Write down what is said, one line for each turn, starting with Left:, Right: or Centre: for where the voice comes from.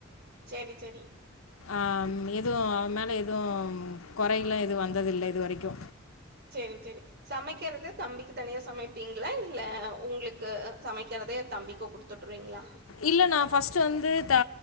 Right: செரி செரி
Left: ஆம் எதுவு மேல எதுவு குறைலா எதுவு வந்ததில்லை இது வரைக்கு
Right: செரி செரி சமைக்கிறது தம்பிக்கு தனியா சமைப்பிங்லா இல்ல உங்ளுக்கு சமைக்கிறதே தம்பிக்கு குடுத்துவுட்ருவீங்ளா
Left: இல்ல நா ஃபர்ஸ்ட் வந்து தா